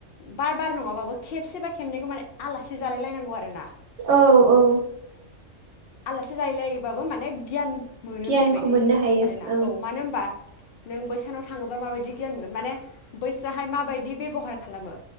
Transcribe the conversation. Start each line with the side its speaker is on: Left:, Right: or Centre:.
Left: बार बार नङाबाबो खेबसेबा खेबनैखौ माने आलासि जालायलायनांगौ आरो ना।
Right: औ औ
Left: आलासि जाहैलायोबाबो माने गियान मोनो
Right: गियानखौ
Left: होननाय बायदि
Right: मोननो हायो
Left: आरो ना
Right: ओं
Left: औ मानो होनबा नों बैसानाव थाङोबा माबायदि गियान मोनगोन माने बैस्राहाय माबायदि बेब'हार खालामो?